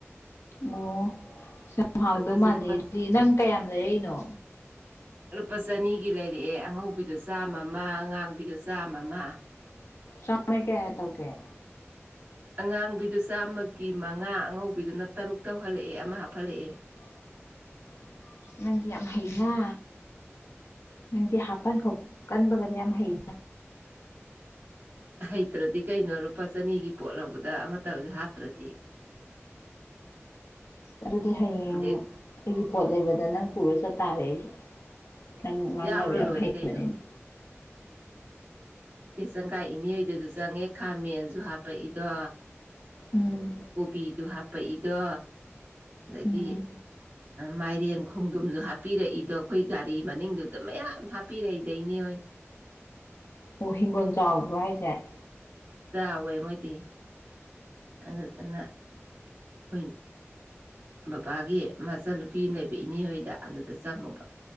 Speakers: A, on the left (about 70°); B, on the right (about 50°).
A: ꯑꯣ ꯁꯨꯝ ꯍꯥꯎꯗꯧ
B: ꯑꯗꯨꯁꯨ
A: ꯃꯥꯂꯦ
B: ꯂꯨꯄꯥ
A: ꯑꯗꯨꯗꯤ ꯅꯪ ꯀꯌꯥꯝ ꯂꯩꯔꯛꯏꯅꯣ
B: ꯂꯨꯄꯥ ꯆꯅꯤꯒꯤ ꯂꯩꯔꯛꯑꯦ ꯑꯉꯧꯕꯤꯗ ꯆꯥꯝꯃ ꯑꯃ ꯑꯉꯥꯡꯕꯤꯗꯣ ꯆꯥꯝꯃ ꯑꯃ
A: ꯅ‌ꯣꯏ ꯀꯌꯥ ꯇꯧꯒ‌ꯦ
B: ꯑꯉꯥꯡꯕꯤꯗꯨ ꯆꯥꯝꯃꯒꯤ ꯃꯉꯥ ꯑꯉꯧꯕꯤꯗꯨꯅ ꯇꯔꯨꯛ ꯇꯧꯍꯜꯂꯑꯦ ꯑꯃ ꯍꯥꯞꯐꯜꯂꯑꯦ
A: <unintelligible> ꯅꯪꯗꯤ ꯌꯥꯝ ꯍꯩꯅ ꯅꯪꯗꯤ ꯍꯥꯞꯄꯟ ꯈ‌ꯣꯠ ꯀꯟꯕꯒꯗꯤ ꯌꯥꯝ ꯍꯩ
B: ꯍꯩꯇ꯭ꯔꯗꯤ ꯀꯩꯅꯣ ꯂꯨꯄꯥ ꯆꯅꯤꯒꯤ ꯄꯣꯠ ꯂꯧꯕꯗ ꯑꯃꯠꯇ ꯑꯣꯏꯁꯨ ꯍꯥꯞꯇ꯭ꯔꯗꯤ
A: ꯑꯗꯨꯗꯤ ꯍꯌꯦꯡ
B: ꯑꯗꯩ
A: ꯑꯩꯒꯤ ꯄꯣꯠ ꯂꯩꯕꯗ ꯅꯪ ꯄꯨꯔ ꯆꯠꯇꯥꯥꯔꯦ ꯑꯩꯁꯨ ꯅꯪ ꯉꯥꯡꯅꯕ
B: ꯌꯥꯎꯔ
A: ꯌꯥꯝ
B: ꯂꯣꯏꯔꯦ
A: ꯍꯩꯕꯅꯤꯅ
B: ꯀꯩꯅꯣ ꯄꯦꯁꯪꯒꯥꯏ ꯏꯅꯦꯞꯏꯗꯁꯨ ꯆꯪꯉꯦ ꯈꯥ ꯃꯦꯟꯁꯨ ꯍꯥꯞꯄꯛꯏꯗꯣ
A: ꯎꯝ
B: ꯀꯣꯕꯤꯗꯨ ꯍꯥꯞꯄꯛꯏꯗꯣ ꯑꯗꯒꯤ
A: ꯎꯝ
B: ꯃꯥꯏꯔꯦꯟ ꯈꯣꯡꯗꯨꯝꯁꯨ ꯍꯥꯞꯄꯤꯔꯛꯏꯗꯣ ꯑꯩꯈꯣꯏ ꯒꯥꯔꯤ ꯃꯅꯤꯡꯗꯨꯗ ꯃꯌꯥꯝ ꯍꯥꯞꯄꯤꯔꯛꯏꯗ ꯏꯅꯦ ꯍ‌ꯣꯏ
A: ꯑꯣ ꯍꯤꯡꯒꯣꯟ ꯆꯥꯎꯕ꯭ꯔꯥ ꯍꯥꯏꯖ‌ꯦ
B: ꯆꯥꯎꯋꯦ ꯃꯣꯏꯗꯤ ꯑꯗꯨꯗꯨꯅ <unintelligible> ꯕꯕꯥꯒꯤ ꯃꯆꯟꯅꯨꯄꯤ ꯑꯃ ꯂꯩꯕ ꯏꯅꯦ ꯍꯣꯏꯗ ꯑꯗꯨꯗ ꯆꯪꯉꯨꯕ